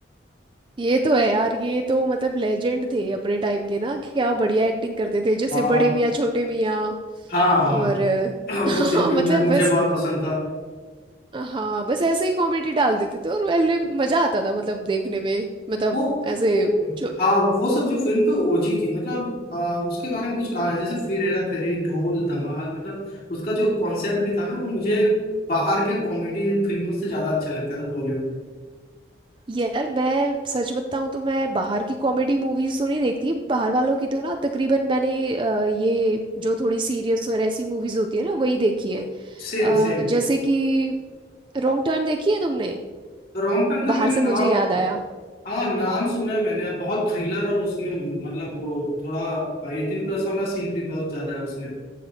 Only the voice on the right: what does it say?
ये तो है यार ये तो मतलब लेजेंड थे अपने टाइम के ना क्या बढ़िया एक्टिंग करते थे जैसे
बड़े मियाँ छोटे मियाँ
और
<laughs> हाँ
मतलब
बस
हाँ बस ऐसे ही कॉमेडी डाल देते थे और पहले मजा आता था मतलब देखने में मतलब
ऐसे
जो
यार मैं सच बताऊं तो मैं बाहर की कॉमेडी मूवीज तो नहीं देखती बाहर वालों की तो ना तकरीबन मैंने अ, ये जो थोड़ी सीरियस और ऐसी मूवीज होती है ना वही देखी है
अ,
जैसे कि रॉन्ग टर्न देखी है तुमने
बाहर
से
मुझे याद आया